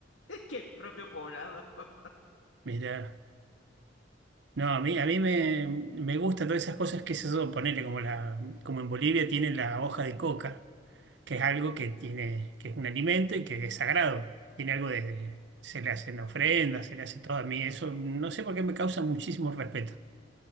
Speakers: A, on the left; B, on the right.
A: <laughs> que el propio poblado. <laughs>
B: mira, no, a mí, a mí
A: En
B: me,
A: serio.
B: me gustan todas esas cosas que se son, ponele, como la, como en Bolivia tienen la hoja de coca, que es algo que tiene, que es un alimento y que es sagrado. Tiene algo de, de- se le hacen ofrendas, se le hace todo a mí. Eso no sé por qué me causa muchísimo respeto.